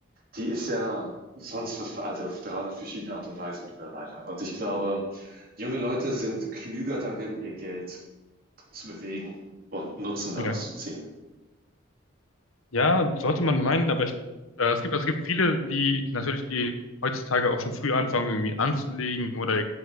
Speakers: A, on the right (about 45°); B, on the left (about 85°).
A: die ist ja sonst was veraltet auf 300 verschiedene Art und Weise mittlerweile. Und ich glaube, junge Leute sind klüger darin, ihr Geld zu bewegen und Nutzen daraus
B: ja.
A: zu ziehen.
B: Ja, sollte man meinen, aber ich, äh, es gibt, also es gibt viele, die natürlich, die heutzutage auch schon früh anfangen, irgendwie anzulegen oder